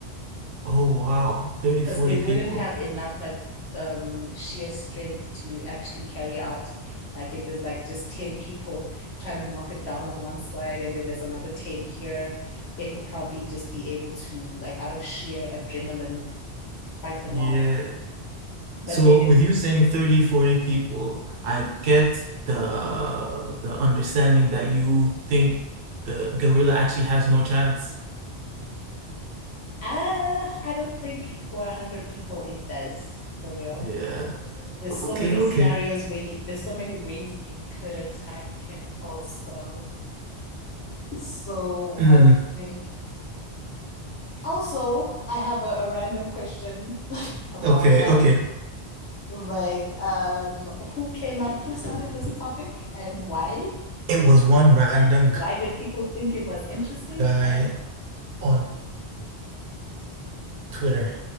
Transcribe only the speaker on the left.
Because they wouldn't
have enough like um sheer strength to actually carry out. Like if there's like just 10 people trying to knock it down on one side and then there's another 10 here, it could probably just be able to like out of sheer adrenaline fight them
off But
then,
uh, I don't think for a hundred people it does for real.
There's so
many
scenarios where you, there's so many ways you could attack it also. So
I don't think. Also, I have a, a random question <laughs> about
that.
Like, um, who came up, who started this topic, and why?
And
why did people think it was interesting?
And